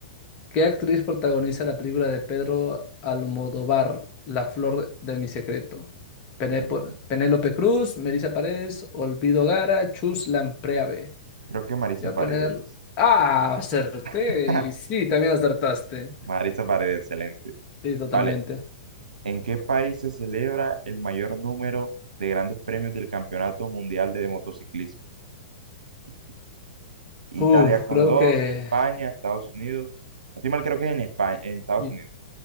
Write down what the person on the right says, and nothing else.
Mm,
Creo que Marisa
Paredes.
<laughs>
Marisa Paredes, excelente.
Vale, ¿en qué país se celebra el mayor número de grandes premios del Campeonato Mundial de Motociclismo? I- Italia
con
dos,
España, Estados Unidos. A ti mal creo que es en España, en Estados
Unidos.